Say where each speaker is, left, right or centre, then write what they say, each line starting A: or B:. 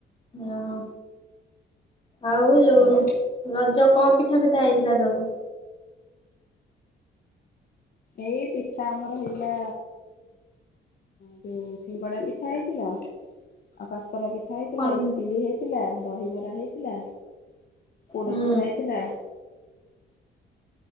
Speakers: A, on the left; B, on the left.
A: ଓହୋ। ଆଉ ଯୋଉ
B: ସତରେ
A: ରଜ କଣ ପିଠା ଫିଠା ହେଇଥିଲା ସବୁ?
B: ଏଇ ପିଠା ଆମର ହେଇଥିଲା। ଯୋଉ ସିଙ୍ଗଡ଼ା ପିଠା ହେଇଥିଲା। ଆଉ କା କାକରା ପିଠା ହେଇଥିଲା,
A: କଣ
B: ଇଟିଲି ହେଇଥିଲା, ଦହିବରା ହେଇଥିଲା। ପୋଡ
A: ହୁଁ
B: ପିଠା ହେଇଥିଲା।